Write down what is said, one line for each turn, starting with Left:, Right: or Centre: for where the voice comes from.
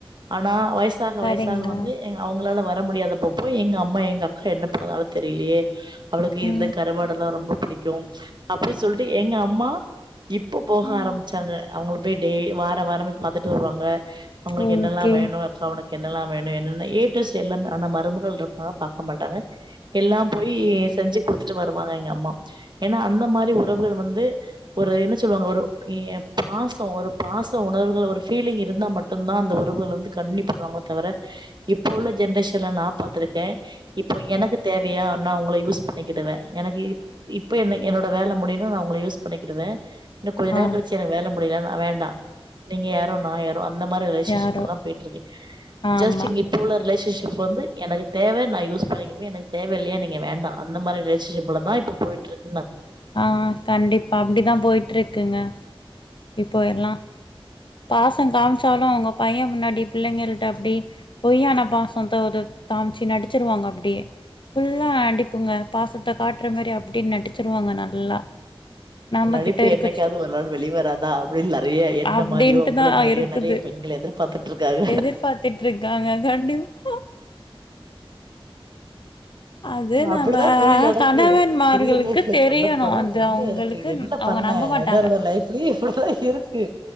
Right: ஆனா வயசாக
Left: சரிங்க
Right: வயசாக வந்து ஏ அவுங்களால வர என்னால முடியாதப்பப்போ எங்க அம்மா எங்க அக்கா என்ன பண்ணந்தாலும் தெரியலையே அவளுக்கு
Left: ம்
Right: இந்த கருவாடு எல்லாம் ரொம்ப பிடிக்கும் அப்படின்னு சொல்லிட்டு எங்க அம்மா இப்ப போக
Left: ம்
Right: ஆரம்பிச்சாங்க அவுங்களு அப்படியே வாரம் வாரம் போய் பாத்துட்டு வருவாங்க அவுங்களுக்கு
Left: ஓகே
Right: என்னெல்லாம் வேணும் என்னெல்லாம் வேணும் என்னன ஏ டூ ஜெட் ஆனால் மருமகள் இருக்கா பாக்க மாட்டாங்க எல்லாம் போய் செஞ்சு குடுத்துட்டு வருவாங்க எங்க அம்மா ஏன்னா அந்த மாதிரி உறவுகள் வந்து ஒரு என்ன சொல்லுவாங்க ஒரு பாசம் ஒரு பாச உணர்வுகள் ஒரு பீலிங் இருந்தா மட்டும்தான் அந்த உறவுகள் வந்து கன்டின்யூ பண்ணுவாங்க தவிர இப்போ உள்ள ஜென்ரேஷன்ல நான் பாத்திருக்கேன் இப்போ எனக்கு தேவையா நான் உங்கள யூஸ் பண்ணிக்கிடுவேன் எனக்கு இப்ப என்ன
Left: ம்
Right: என்னோட வேலை முடியும் உங்கள யூஸ் பண்ணிக்கிடுவேன் இன்ன கொஞ்ச நாள்
Left: ஆ
Right: கழிச்சு எனக்கு வேலை முடியலனா வேண்டா நீங்க யாரோ நான் யாரோ அந்த மாதிரி ரிலஷன்ஷப்ஸ்
Left: யாரோ
Right: எல்லாம் போயிட்டு இருக்கு
Left: ஆமா
Right: ஜஸ்ட் இங்க இப்போ உள்ள ரிலேஷன்ஷிப் ஸ்டேபிள் எனக்கு தேவை நான் யூஸ் பண்ணிகிடுவேன் எனக்கு தேவை இல்லையா நீங்க வேண்டாம் அந்த மாதிரி ரிலேஷன்ஷிப்ல தான் இப்ப போயிட்டு இருக்கு
Left: ஆஹ் கண்டிப்பா அப்டிதான் போயிட்டு இருக் குங்க இப்போ எல்லாம் பாசம் காமிச்சாலும் அவுங்க பையன் முன்னாடி பிள்ளைங்கள்ட்ட அப்டி பொய்யான பாசத்த காமிச்சு நடிச்சிருவாங்க அப்படியே ஃபுல்லா நடிப்புங்க பாசத்த காட்டுற மாரி அப்ப்டின்னு நடிச்சிருவாங்க நல்லா நம்ம
Right: நடிப்பு
Left: கிட்ட இருக்கச்சு
Right: என்னைக்காவது ஒரு நாள் வெளி வராது அப்படின்னு நறைய என்ன
Left: அப்டின்ட்டுதா
Right: மாரியோ உங்க மாரியோ
Left: இருக்குது
Right: நறைய பெண்கள் எதிர்பார்த்துட்டு இருக்காங்க
Left: எதிர்பாத்துட்ருக்காங்க கண்டிப்பா அது
Right: அப்படிதான்
Left: நம்ம
Right: தோழி நடக்கு
Left: கணவன்மார்களுக்கு
Right: ரியல் லைஃப்ல
Left: தெரியணு
Right: சொல்ல போனா
Left: அது
Right: ரொம்ப
Left: அவங்களுக்கு
Right: எரக்கு என்ன
Left: அவங்க
Right: பண்ண
Left: நம்ப மாட்டாங்க
Right: எல்லாரோட லைஃப்லயும் இப்படிதான் இருக்கு